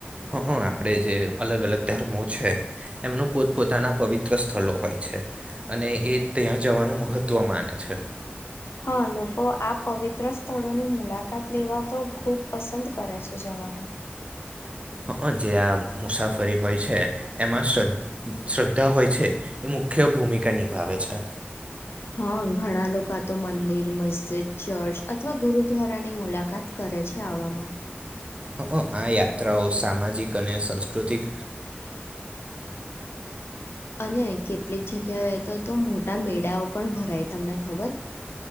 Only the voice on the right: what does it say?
હઅ આપડે જે અલગ અલગ ધર્મો છે એમનું પોતપોતાના પવિત્ર સ્થળ હોય છે અને એ ત્યાં જવાનું મહત્વ માને છે
હઅ જે આ મુસાફરી હોય છે એમાં શ્રદ શ્રદ્ધા હોય છે એ મુખ્ય ભૂમિકા નિભાવે છે
હઅ આ યાત્રાઓ સામાજિક અને સંસ્કૃતિક